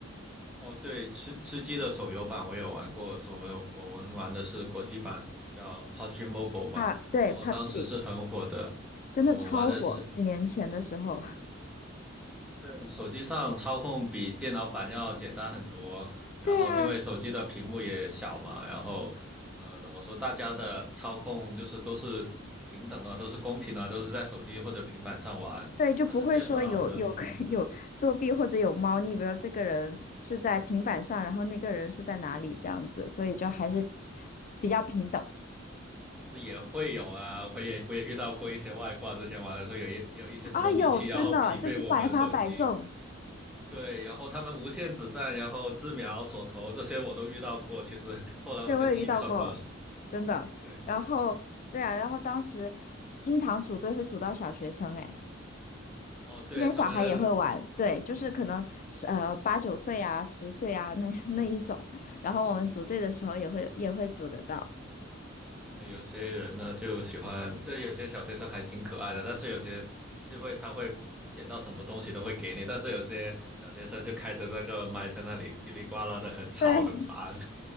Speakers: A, in the centre; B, on the left.
A: 哦，对，吃吃鸡的手游版我有玩过，我们我们玩的是国际版，叫 PUBG Mobile 吧，
B: 啊，对，PUBG
A: 然后当时是很火的，然后我玩的是，
B: 真的超火，几年前的时候。
A: 对，手机上操控比电脑版要简单很多，
B: <laughs>
A: 然后因为手机的屏幕也小嘛，
B: 对啊，
A: 然后呃怎么说，大家的操控就是都是平等的，都是公平的，都是在手机或者平板上玩，
B: 对，就不会说有有
A: 但是电脑呢？嗯
B: <laughs> 有作弊或者有猫腻，比如说这个人是在平板上，然后那个人是在哪里这样子，所以就还是比较平等。
A: 是也会有啊，我也我也遇到过一些外挂，之前玩的时候有一有一些模拟器，
B: 啊，有，真的就是百发百中，
A: 然后匹配我们手机，对，然后他们无限子弹，然后自瞄、锁头这些我都遇到过，其实后来我就弃坑了。
B: 对，我也遇到过，真的。
A: 对，
B: 然后对啊，然后当时经常组队会组到小学生，哎，
A: 哦，对他们，
B: 这边小孩也会玩，对，就是可能是呃八九岁啊、十岁啊那那一种，然后我们组队的时候也会也会组得到。
A: 呃，有些人呢就喜欢，呃，有些小学生还挺可爱的，但是有些就会他会捡到什么东西都会给你，但是有些小学生就开着那个麦在那里叽里呱啦的很吵很烦，
B: 对，